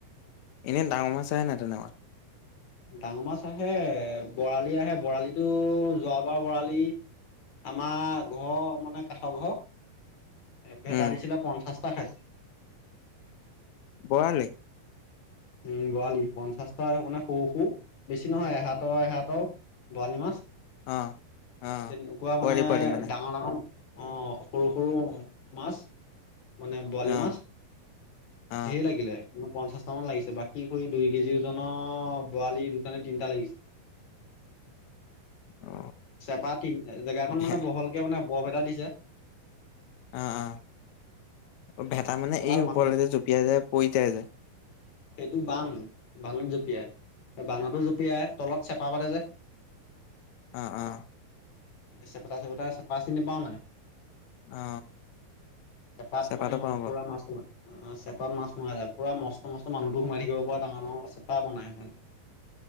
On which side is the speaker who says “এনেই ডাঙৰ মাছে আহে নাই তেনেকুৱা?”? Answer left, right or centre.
Left